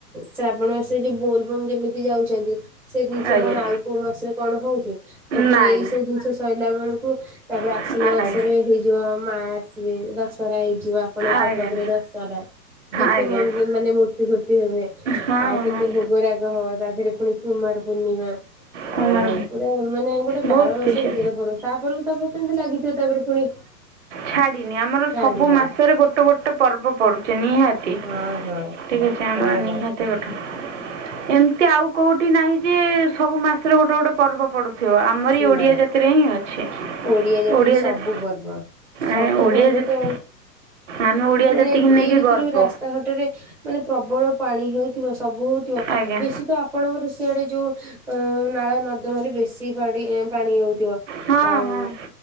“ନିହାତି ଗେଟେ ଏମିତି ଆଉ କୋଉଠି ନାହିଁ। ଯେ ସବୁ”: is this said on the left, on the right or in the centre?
Right